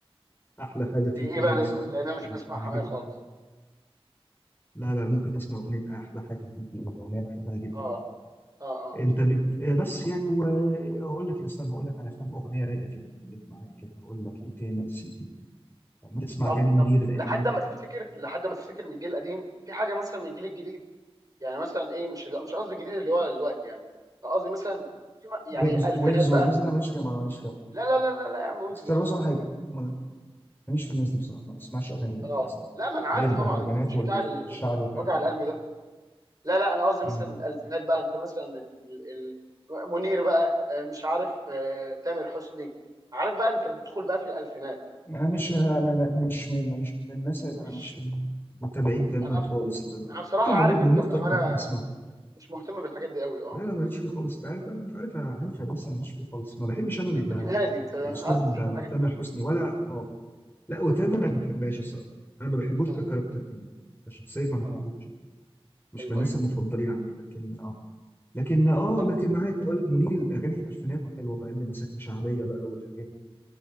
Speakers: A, on the left; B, on the right.
A: أحلى حاجة
B: زي
A: فيك
B: ايه
A: إيه
B: بقى
A: مثلا
B: لان لان انا مش
A: بحبها
B: بسمع حماقي
A: جدا
B: خالص
A: لا لا ممكن تسمع أغنية أحلى حاجة فيك إيه دي أغنية بحبها جدا
B: اه
A: يعني
B: اه اه
A: أنت بت... آه، بس يعني و- آه، هقول لك استنى هقول لك على كام أغنية رايقة كده خليك معايا كده هقول لك إيه تاني يا سيدي بنسمع
B: طب
A: اغاني منير
B: طب
A: القديمه
B: لحد ما تفتكر لحد ما تفتكر من الجيل القديم في حاجه مثلا من الجيل الجديد يعني مثلا ايه مش لا، مش قصدي الجديد اللي هو دلوقتي يعني قصدي مثلا في م- يعني
A: ويجز
B: الفينات
A: ويجز
B: بقى
A: والناس دي لا ماليش فيهم انا ماليش فيهم
B: لا لا لا لا لا يا عم ويجز
A: بس
B: ايه
A: انا
B: بس
A: بصراحه حاجه ما- ماليش في الناس دي بصراحه ما بسمعش اغاني الناس
B: اه
A: دي
B: لا ما انا عارف
A: اللي هي البهرجانات
B: طبعا انت مش بتاع
A: والشعبي
B: ال-
A: وكده
B: وجع
A: اه
B: القلب ده لا لا انا قصدي
A: مم.
B: مثلا الالفينات بقى انت مثلا ال... ال... ال- منير بقى آه، مش عارف آه، تامر حسني عارف بقى انت بتدخل بقى في الالفينات
A: انا مش أنا أنا مش من مش من الناس اللي
B: مش
A: انا مش من متابعين تمام
B: انا
A: خالص لا لا
B: انا بصراحه
A: ممكن
B: عارف
A: منير منير
B: انت انا
A: طبعا بحب اسمعه
B: مش مهتم بالحاجات دي قوي اه
A: لا لا ماليش فيه خالص انت عارف لا لا، انت عارف عارف يا بس أنا ماليش فيه خالص ما بحبش انا ال-
B: انت في الهادي انت عارف
A: اسلوب
B: تحب
A: ب-
B: الحاجات
A: تامر
B: الهاديه
A: حسني ولا اه لا وتامر انا ما بحبهاش الصراحه انا ما بحبوش
B: م-
A: ككاركتر
B: م.
A: كمان كشخصيه ما بحبوش
B: اه
A: مش
B: ايوه
A: من الناس
B: ايوه
A: المفضلين عندي لكن اه لكن اه
B: طب
A: لكن معاك اه لا منير الاغاني الالفينات وحلوه بقى اللي مساكن شعبيه بقى والحاجات دي.